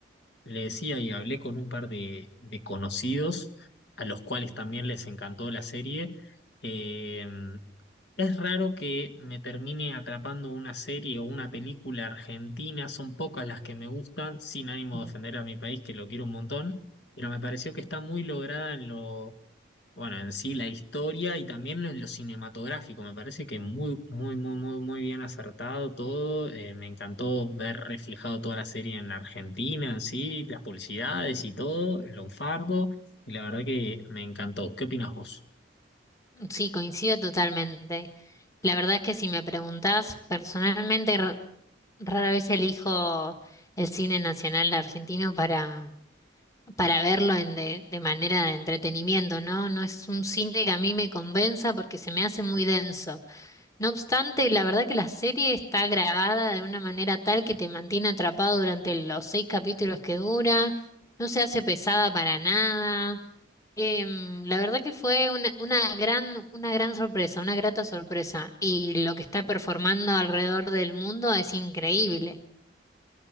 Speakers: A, on the left (about 65°); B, on the left (about 15°).
A: le decía y hablé con un par de, de conocidos a los cuales también les encantó la serie. Eh, Es raro que me termine atrapando una serie o una película argentina, son pocas las que me gustan, sin ánimo
B: Ujú.
A: de ofender a mi país, que lo quiero un montón, pero me pareció que está muy lograda en lo, bueno, en sí la historia y también en lo cinematográfico, me parece que muy, muy, muy, muy, muy bien acertado todo, eh, me encantó ver reflejado toda la serie en Argentina, en sí, las publicidades y todo, el lunfardo, y la verdad que me encantó. ¿Qué opinas vos?
B: Sí, coincido totalmente. La verdad es que si me preguntás, personalmente r- rara vez elijo el cine nacional argentino para para verlo en de, de manera de entretenimiento, ¿no? No es un cine que a mí me convenza porque se me hace muy denso. No obstante, la verdad que la serie está grabada de una manera tal que te mantiene atrapado durante los seis capítulos que dura, no se hace pesada para nada. Em, la verdad que fue una, una gran, una gran sorpresa, una grata sorpresa. Y lo que está performando alrededor del mundo es increíble.